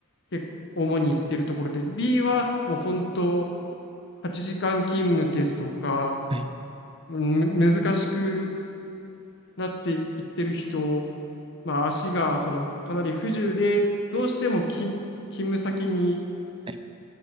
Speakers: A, on the left; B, on the right.
A: 結構主に行ってるところで、B はもう本当、8時間勤務ですとか、
B: はい
A: む難しくなっていってる人、まあ、足がそのかなり不自由で、どうしても勤、
B: はい
A: 勤務先に
B: はい